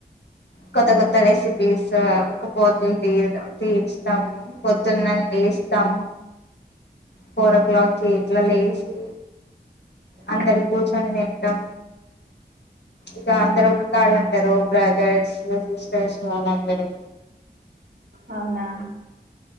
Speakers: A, on the left (about 80°); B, on the right (about 60°).
A: కొత్త
B: ఉమ్,
A: కొత్త రెసిపీస్ ఒక్కపొద్దులు తీ తీరుస్తాం పొద్దున్నని లేస్తాం ఫోర్ ఓ క్లాక్ కి ఇట్లా లేసి అందరు
B: ఉమ్,
A: కూర్చొని తింటాం ఇక అందరు ఒక కాడ ఉంటారు బ్రదర్స్ సిస్టర్స్ వాళ్ళందరూ
B: అవునా